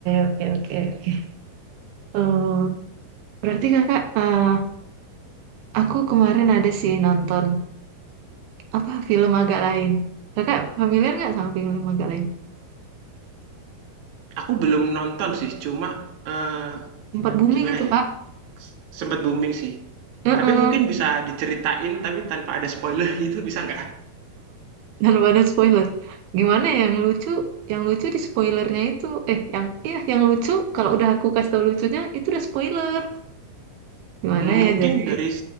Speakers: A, on the right (about 80°); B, on the right (about 60°).
A: oke, oke, oke. Oh, berarti kakak, eh, aku kemarin ada sih nonton apa film agak lain. Kakak familiar nggak sama film agak lain?
B: aku belum nonton sih cuma eh,
A: Sempat booming
B: gimana
A: itu
B: ya
A: kak.
B: sempat booming sih
A: Heeh.
B: tapi mungkin bisa diceritain tapi tanpa ada spoiler <laughs> gitu bisa nggak
A: Dan ada spoiler. Gimana ya, yang lucu? Yang lucu di spoilernya itu, eh, yang iya yang lucu. Kalau udah aku kasih tau lucunya, itu udah spoiler. Gimana
B: Hmm,
A: ya?
B: mungkin
A: Jadi,
B: dari